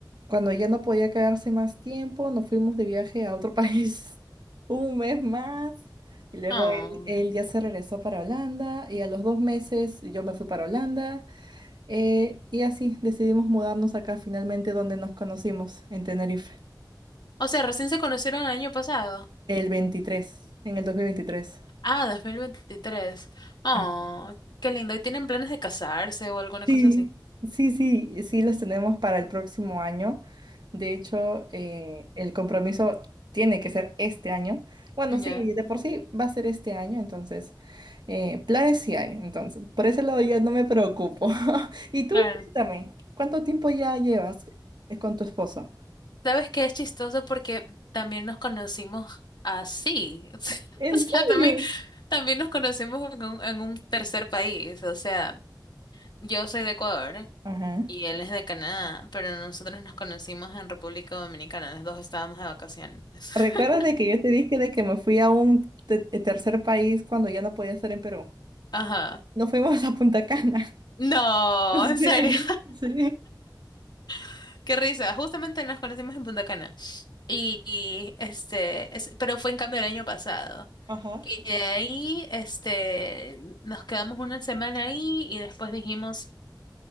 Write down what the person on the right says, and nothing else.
cuando ya no podía quedarse más tiempo, nos fuimos de viaje a otro país <laughs> un mes más. Y luego
él, él ya se regresó para Holanda y a los dos meses yo me fui para Holanda. Eh, y así decidimos mudarnos acá finalmente donde nos conocimos, en Tenerife,
el 23 en el 2023.
Ah,
Sí,
sí, sí, sí las tenemos para el próximo año. De hecho, eh, el compromiso tiene que ser este año. Bueno,
sí, de por sí va a ser este año, entonces, eh, planes sí hay. Entonces, por ese lado ya no me preocupo. <laughs> Y tú,
cuéntame, ¿cuánto tiempo ya llevas eh, con tu esposo?
¿En
serio?
Ajá.
¿Recuerdas de que yo te dije de que me fui a un te- eh, tercer país cuando ya no podía estar en Perú?
No fuimos <laughs> a Punta Cana. <laughs>
Sí,
sí.
Ajá.